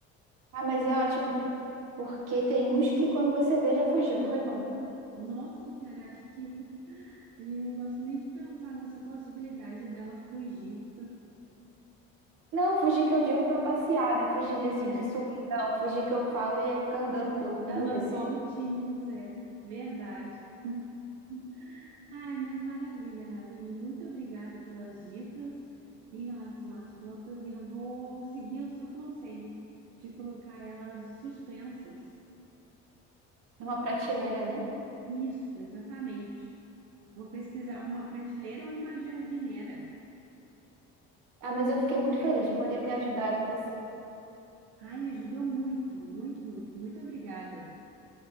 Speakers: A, on the right; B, on the right.
A: Ah, mas é ótimo, porque tem uns que quando você vê já fugiu, foi embora.
B: Nossa Senhora, eu acho que <laughs> a gente não gosta nem de pensar nessa possibilidade dela fugir.
A: Não, fugir que eu digo pra passear, né? Fugir de, assim,
B: É,
A: de subir, não. Fugir que eu falo é ficar andando pelo
B: dar
A: muro,
B: umas
A: assim.
B: voltinhas, é verdade. <laughs> Ai, mas maravilha, Ravine. Muito obrigada pelas dicas em relação às plantas e eu vou seguir o seu conselho de colocar elas suspensas.
A: numa prateleira, né?
B: Isso, exatamente. Vou pesquisar uma prateleira ou uma jardineira.
A: Ah, mas eu fiquei muito feliz de poder ter ajudado você.
B: Ai, ajudou muito, muito, muito, muito obrigada.